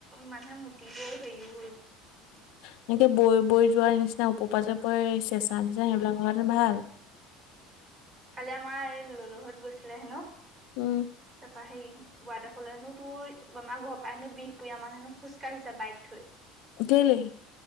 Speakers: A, on the right; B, on the left.
A: মানুহে মূতিব‌ও হেও
B: এনেকে বৈ বৈ যোৱাৰ নিচিনা ওপৰৰ পৰা যে পৰে চেঁচা নিচিনা সেইবিলাক হোৱা হেতেঁন ভাল।
A: কালি আমাৰ এই ললোহঁত গৈছিলে হেনো
B: উম
A: তাৰপৰা সে ৱাটাৰফলৰ হেনো তোৰ আমাৰ ঘৰ পৰা হেনো বিহপুৰীয়া মান হেনো খোজকাঢ়িছে বাইক থৈ
B: কেলেই?